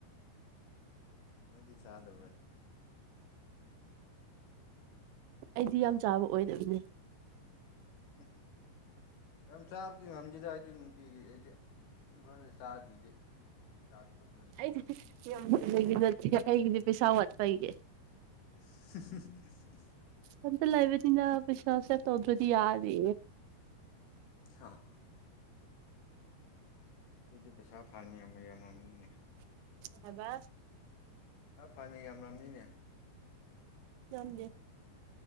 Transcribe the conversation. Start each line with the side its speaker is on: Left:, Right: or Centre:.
Left: ꯅꯣꯏꯗꯤ ꯆꯥꯗꯕ꯭ꯔꯥ
Right: ꯑꯩꯗꯤ ꯌꯥꯝ ꯆꯥꯕ ꯑꯣꯏꯗꯣꯏꯅꯦ
Left: ꯍꯨꯝ ꯍꯨꯝ ꯌꯥꯝ ꯆꯥꯕꯗꯤ ꯉꯝꯈꯤꯗ꯭ꯔꯥ ꯍꯥꯏꯗꯤ ꯅꯨꯡꯇꯤꯒꯤ ꯑꯩꯗꯤ ꯄꯨꯡ ꯈꯔꯗ ꯆꯥꯗꯗꯤ ꯆꯥꯛ ꯇꯣꯛ
Right: ꯑꯩꯗꯤ ꯌꯥꯝꯒꯤ ꯅꯠꯇꯦ ꯑꯩꯒꯤꯗꯤ ꯄꯩꯁꯥ ꯋꯥꯠꯄꯩꯒꯦ
Left: <inaudible>
Right: ꯍꯟꯇ ꯂꯩꯥꯏꯕꯅꯤꯅ ꯕꯤꯁꯋꯥꯁꯦ ꯇꯧꯗ꯭ꯔꯗꯤ ꯌꯥꯔꯦ
Left: ꯑ ꯑꯗꯨꯗꯤ ꯄꯩꯁꯥ ꯐꯥꯅꯤ ꯃ ꯌꯥꯝ ꯃꯃꯤꯅꯦ
Right: ꯌꯥꯕ
Left: ꯆ ꯐꯅ ꯌꯥꯝꯂꯅꯤꯅꯦ
Right: ꯌꯥꯝ